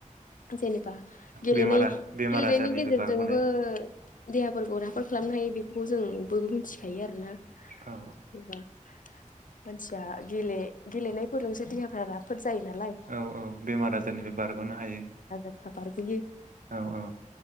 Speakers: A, on the left; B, on the right.
A: जेनेबा गेलेनाय
B: बेमारा बेमार
A: गेलेनायनि
B: आजारनिफ्राय
A: गेजेरजोंबो
B: बारग'नाय
A: देहाफोरखौ राफोद खालामनो हायो बेखौ खौ जों बयबो मिथिखायो आरोना जेनेबा
B: औ
A: मानसिया गे गेलेनायफोरजोंसो देहाफ्रा राफोद जायो नालाय।
B: औ औ बेमार आजारनिफ्राय बारग'नो हायो।
A: बारबोयो।
B: औ औ